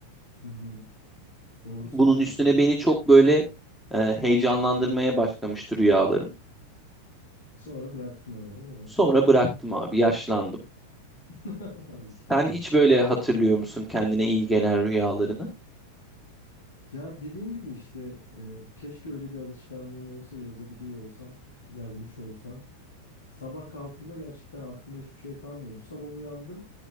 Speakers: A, on the left; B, in the centre.
A: Hı hı. Doğru söylüyorsun.
B: Bunun üstüne beni çok böyle e, heyecanlandırmaya başlamıştı rüyalarım.
A: Sonra bıraktın ama değil mi?
B: Sonra bıraktım abi, yaşlandım.
A: <laughs> Ay
B: Sen
A: be.
B: hiç böyle hatırlıyor musun kendine iyi gelen rüyalarını?
A: Ya dediğim gibi işte e, keşke öyle bir alışkanlığım olsa yazabiliyor olsam, yazmış olsam. Sabah kalktığımda gerçekten aklımda hiçbir şey kalmıyor. Bu sabah uyandım.